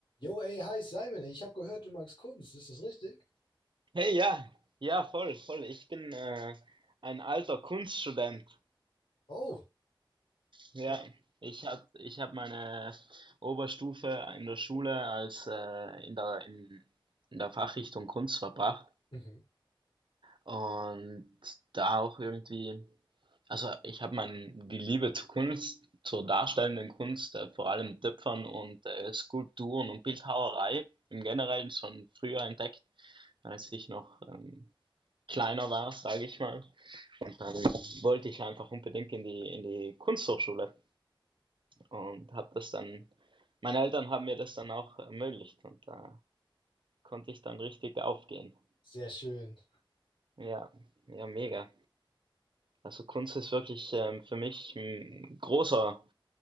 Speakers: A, on the left (about 75°); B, on the right (about 65°).
A: Jo, ey, hi Simon, ich habe gehört, du magst Kunst, ist das richtig?
B: Hey, ja, ja, voll, voll. Ich bin äh, ein alter Kunststudent.
A: Oh,
B: Ja,
A: oh,
B: ich hab, ich hab meine Oberstufe in der Schule als äh, in der, in, in der Fachrichtung Kunst verbracht
A: mhm.
B: und da auch irgendwie, also ich habe mein, die Liebe zur Kunst, zur darstellenden Kunst, äh, vor allem Töpfern und äh, Skulpturen und Bildhauerei im Generellen schon früher entdeckt, als ich noch ähm, kleiner war, sage ich mal. Und dann wollte ich einfach unbedingt in die, in die Kunsthochschule und habe das dann, meine Eltern haben mir das dann auch ermöglicht und da konnte ich dann richtig aufgehen.
A: Sehr schön.
B: Ja, ja, mega. Also Kunst ist wirklich ähm, für mich ein großer,